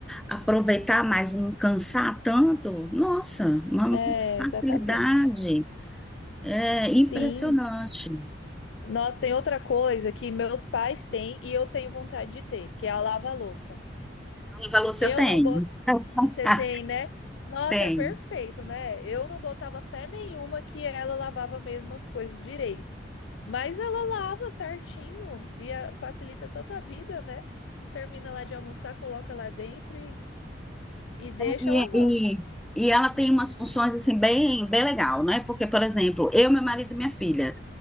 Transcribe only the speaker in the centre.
aproveitar mais e não cansar tanto, nossa, uma
facilidade,
é
impressionante.
Ela falou se
eu tenho.
<laughs>
Ah,
tenho.
E,
e, e ela tem umas funções assim bem, bem legal, né? Porque, por exemplo, eu, meu marido e minha filha.